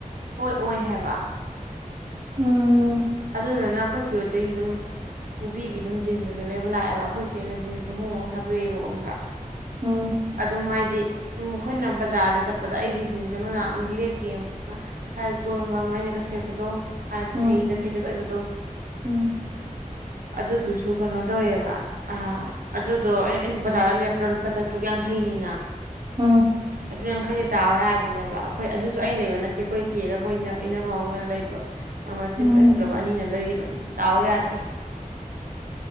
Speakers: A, on the right; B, on the right.
A: ꯍꯣꯏ ꯑꯣꯏ ꯍꯥꯏꯕ
B: ꯎꯝ
A: ꯑꯗꯨꯗꯨꯅ ꯑꯈꯣꯏ ꯆꯦ ꯍꯣꯏꯗꯩꯩ ꯑꯗꯨꯝ ꯅꯨꯄꯤꯒꯤ ꯑꯗꯨꯝ ꯖꯤꯟꯁ ꯀꯀꯩ ꯂꯩꯕ ꯂꯥꯑꯦꯕ ꯑꯈꯣꯏ ꯆꯦꯅ ꯖꯤꯟꯁ ꯇꯣ ꯍꯣꯡꯍꯣꯡ ꯊꯗꯣꯛꯑꯦꯕ ꯈꯪꯕ꯭ꯔꯥ
B: ꯎꯝ
A: ꯑꯗꯨꯝ ꯃꯥꯏꯗꯤ ꯎꯝ ꯑꯈꯣꯏꯅ ꯕꯖꯥꯔꯗ ꯆꯠꯄꯗ ꯑꯩꯒꯤ ꯖꯤꯟꯁ ꯑꯃꯅ <unintelligible> ꯕ꯭ꯂꯦꯛꯀꯤ ꯑꯃ ꯈꯔ ꯆꯣꯟꯕ ꯑꯃ ꯑꯩꯅꯒ ꯁꯦꯠꯄꯗꯣ ꯍꯥꯏꯔꯞ
B: ꯎꯝ
A: ꯐꯩꯗ ꯐꯦꯗꯦꯠ ꯑꯣꯏꯕꯗꯣ
B: ꯎꯝ
A: ꯑꯗꯨꯗꯨꯁꯨ ꯀꯩꯅꯣ ꯇꯧꯋꯦꯕ ꯑ ꯑꯗꯨꯗꯣ ꯑꯩ ꯑꯩꯅ ꯕꯖꯥꯔꯗ ꯂꯩꯔꯛꯄ꯭ꯔꯥ ꯂꯨꯄꯥ ꯆꯥꯇ꯭ꯔꯨꯛ ꯌꯥꯡꯈꯩꯅꯤꯅ
B: ꯎꯝ
A: ꯆꯥꯇ꯭ꯔꯨꯛ ꯌꯥꯡꯈꯩꯗꯤ ꯇꯥꯎ ꯌꯥꯗ꯭ꯔꯤꯅꯦꯕ ꯑꯈꯣꯏ ꯑꯗꯨꯁꯨ ꯑꯩꯅ ꯂꯩꯕ ꯅꯠꯇꯦ ꯑꯈꯣꯏ ꯆꯦꯒ ꯑꯈꯣꯏ ꯏꯅ ꯏꯅꯝꯃ ꯑꯃꯒꯅ ꯂꯩꯕ ꯃꯣꯏ ꯃꯆꯤꯟ
B: ꯎꯝ
A: ꯀꯟꯒ꯭ꯔꯕ ꯑꯅꯤꯅ ꯂꯩꯔꯤꯕꯅꯤ ꯇꯥꯎ ꯌꯥꯗꯦ